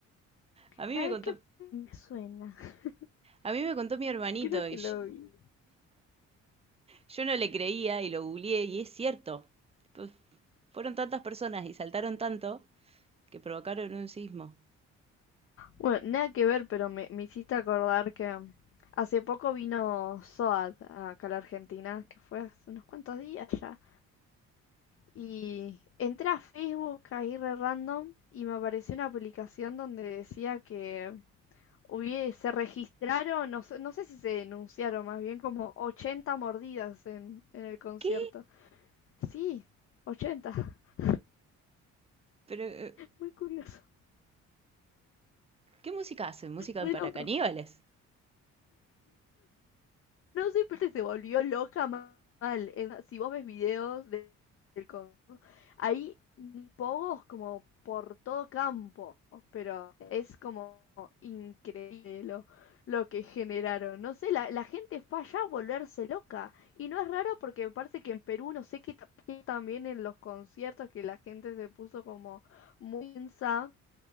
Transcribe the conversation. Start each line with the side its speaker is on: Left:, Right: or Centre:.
Right: A mí
Left: ¿Sabes
Right: me contó,
Left: qué? Me suena. <laughs>
Right: a mí me contó mi hermanito
Left: Creo
Right: y
Left: que
Right: sh-
Left: lo vi.
Right: yo no le creía y lo googleé y es cierto. Pues, fueron tantas personas y saltaron tanto que provocaron un sismo.
Left: Bueno, nada que ver, pero me, me hiciste acordar que hace poco vino SOAD acá a la Argentina, que fue hace unos cuantos días ya. Y entré a Facebook ahí re random y me apareció una publicación donde decía que hubie- se registraron, no sé, no sé si se denunciaron, más bien como 80 mordidas en, en el concierto.
Right: ¿Qué?
Left: Sí, 80. <laughs>
Right: Pero, eh,
Left: Muy curioso,
Right: ¿qué música hacen? ¿Música
Left: re
Right: para
Left: loco.
Right: caníbales?
Left: No sé, pero se volvió loca mal. En- si vos ves videos de- del Congo, hay pogos como por todo campo, pero es como increíble lo, lo que generaron. No sé, la, la gente fue allá a volverse loca. Y no es raro porque me parece que en Perú, no sé qué ta- qué también en los conciertos que la gente se puso como muy insa